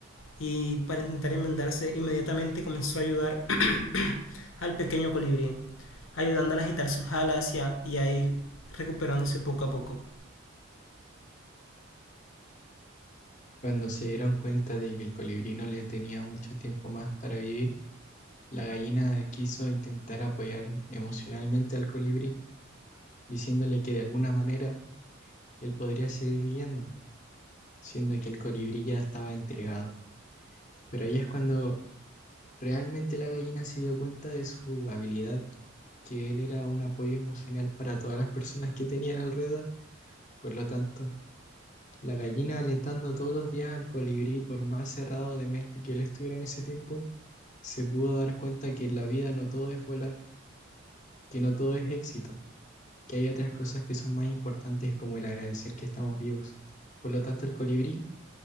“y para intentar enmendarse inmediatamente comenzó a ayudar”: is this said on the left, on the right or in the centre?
Left